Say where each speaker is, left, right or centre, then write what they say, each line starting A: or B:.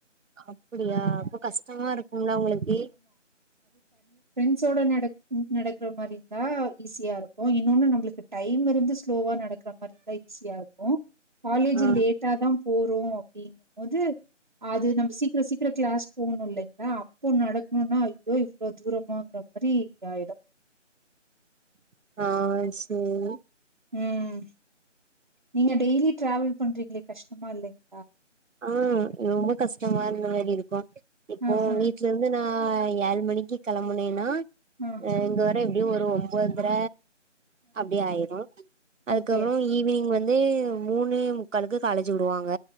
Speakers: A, on the right; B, on the right.
A: அப்டியா அப்போ கஷ்டமா இருக்குள்ள உங்ளுக்கு
B: ஃபிரண்ட்ஸ் ஓட நட நடக்கிற மாரி இருந்தா ஈஸியா இருக்கு இன்னோனு நம்மளுக்கு டைம் இருந்து ஸ்லோவா நட க்ககற மாரி இருந்தா ஈஸியா இருக்கு காலேஜ்
A: ஆ
B: லேட்டாதான் போறோ அப்டிங்கும்போது அது நம்ம சீக்கிரோ சீக்கிரோ கிளாஸ் போகணு இல்லைங்ளா அப்போ நடக்கணுனா அய்யோ இவ்ளோ தூரமாங்கிற மாரி இதாயிடு <inaudible>
A: ஆ சேரி
B: ம் நீங்க டெய்லி டிராவல் பண்றீங்ளே கஷ்டமா இல்லைங்ளா
A: ஆ ரொம்ப கஷ்டமா இருந்த மாரி இருக்கு இப்போ
B: ஆ, ஆ,
A: வீட்ல இருந்து நா நா ஏழ் மணிக்கு கெளம்பனேனா
B: ஆ.
A: இங்க வர எப்டியு ஒரு ஒம்பதர அப்டி ஆயிரு அதுக்கப்பறோ
B: ஓகே.
A: ஈவ்னிங் வந் து மூணே முக்காளுக்கு காலேஜ் விடுவாங்க